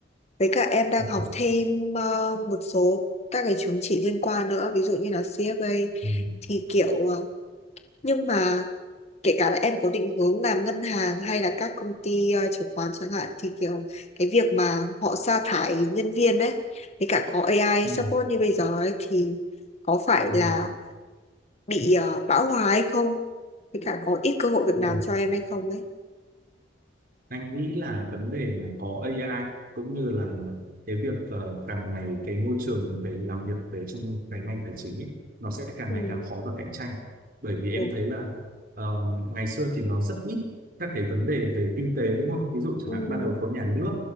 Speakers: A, on the left; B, on the right.
A: Với cả em đang
B: anh
A: học
B: hiểu
A: thêm ờ, một số các cái chứng chỉ liên quan nữa, ví dụ như là CFA
B: ừ
A: thì kiểu ờ, nhưng mà kể cả là em có định hướng làm ngân hàng hay là các công ty ờ, chứng khoán chẳng hạn thì kiểu cái việc mà họ sa thải nhân viên đấy, với cả có AI
B: ừ,
A: support như bây giờ ấy, thì có phải
B: Em
A: là
B: hiểu.
A: bị ờ, bão hòa hay không? Với cả có ít cơ hội việc
B: ừ.
A: làm cho em hay không ấy.
B: anh nghĩ là vấn đề mà có AI cũng như là cái việc ờ, càng ngày cái môi trường về làm việc về trong cái ngành tài chính ấy, nó sẽ càng
A: Ừ,
B: ngày càng khó và cạnh tranh bởi vì em
A: đúng.
B: thấy là ờ, ngày xưa thì nó rất ít các cái vấn đề về kinh tế đúng không ví dụ chẳng
A: Ừ,
B: hạn ban đầu có nhà nước